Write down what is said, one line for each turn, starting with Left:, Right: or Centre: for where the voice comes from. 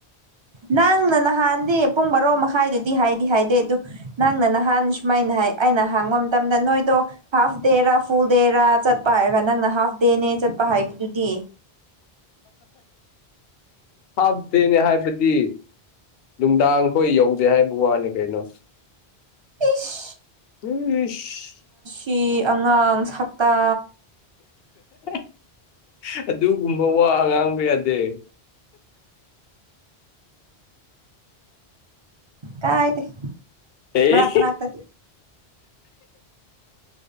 Right: ꯅꯪꯅ ꯅꯍꯥꯟꯗꯤ ꯄꯨꯡ ꯕꯥꯔꯣ ꯃꯈꯥꯏꯗꯨꯗꯤ ꯍꯥꯏꯗꯤ ꯍꯥꯏꯗꯦ ꯑꯗꯨ ꯅꯪꯅ ꯅꯍꯥꯟ ꯁꯨꯃꯥꯏꯅ ꯍꯥꯏ ꯅ ꯍꯥꯡꯕ ꯃꯇꯝꯗ ꯅꯣꯏꯗꯣ ꯍꯥꯐ ꯗꯦꯔꯥ ꯐꯨꯜ ꯗꯦꯔꯥ ꯆꯠꯄ ꯍꯥꯏꯔꯒ ꯅꯪꯅ ꯍꯥꯐ ꯗꯦꯅꯦ ꯆꯠꯄ ꯍꯥꯏꯥꯏꯕꯗꯨꯗꯤ
Left: ꯍꯥꯞꯗꯦꯅꯦ ꯍꯥꯏꯕꯗꯤ ꯅꯨꯡꯗꯥꯡꯈꯣꯏ ꯌꯧꯁꯦ ꯍꯥꯏꯕ ꯋꯥꯅꯤ ꯀꯩꯅꯣ
Right: ꯏꯁ
Left: ꯎꯝꯁ
Right: ꯐꯤ ꯑꯉꯥꯡ ꯁꯇꯥ
Left: <inaudible> ꯑꯗꯨꯒꯨꯝꯕ ꯋꯥ ꯑ ꯉꯥꯡꯕ ꯌꯥꯗꯦ
Right: ꯀꯥꯏꯗ
Left: ꯑꯦ
Right: ꯃꯅꯇ